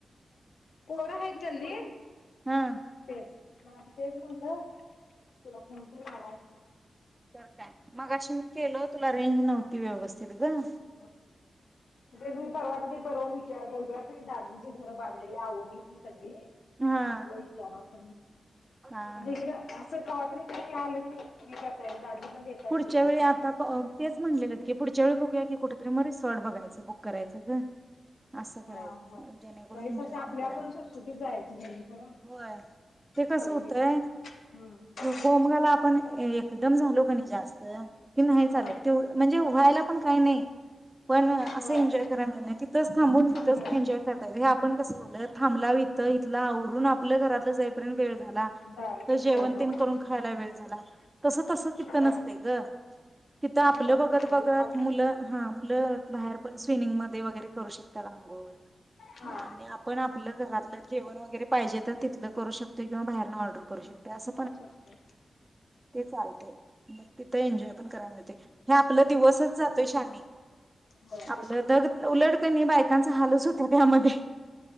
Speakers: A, on the left (about 80°); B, on the right (about 25°).
A: पोर आहेत गल्ली
B: हा
A: मग आता तेच मनल तुला फोन तर लावावं.
B: तर काय मगाशी मी केल तुला रेंज नव्हत ती व्यवस्थित ग
A: <inaudible> त्याबरोबर दादांची घरं बांधलेली आवडली ती सगळी.
B: हा
A: तुला विचारा <inaudible>
B: हा
A: म्हणजे
B: हा
A: इकडं असं कवा तरी घरी आलं की करता <inaudible>
B: पुढच्या
A: येतील
B: वेळी
A: काम.
B: आता ब तेच म्हणलेलेत की पुढच्या वेळी बघूया की कुठे <inaudible> म रिसॉर्ट बघायचं बुक करायचं ग असं करायचं
A: हा बर
B: जेणेकरून
A: त्यावेळेस
B: एनजॉय
A: अशा आपल्या
B: पण करायला
A: सुटसुटीत जायची जेणेकरून
B: होय ते कस
A: सगळं
B: होतय
A: हे करता येईल. हम्म
B: गोमगाला पण एकदम झालो पण जास्त कि नाही
A: हा
B: चालत ते म्हणजे व्हायला पण काही नाही पण असं
A: होय
B: एन्जॉय कराय मिळणार क थांबून तिथच
A: मिळेल
B: एन्जॉय करताय पण कसं झालं थांबलाव इथ इथलं आवरून आपलं घरातलं जाईपर्यंत वेळ झाला
A: झालं
B: जेवण
A: वेळ झाला.
B: तेन करून खायला वेळ झाला तसं तसं ती
A: होय
B: नसतय ग तर आपलं
A: होय
B: बघत
A: आंघोळ
B: -बघत
A: पाणी
B: मुलं हा मुलं बाहेर पण स्विमिंग म वगैरे करू शकता अंगोळ
A: हा.
B: आणि आपण आपलं घरातलं जेवण वगैरे पाहिजे तर तिथलं करू शकतोय किंवा बाहेर ऑर्डर करू शकतोय अस
A: ओके
B: ते चालतय मग तिथं एन्जॉय पण कराय मिळतय हे आपला दिवसचं जातोय श्याने,
A: होय
B: आपलं
A: ते पण आहे
B: दग उलट कनी बायकांच हालच होत्यात ह्यामध्ये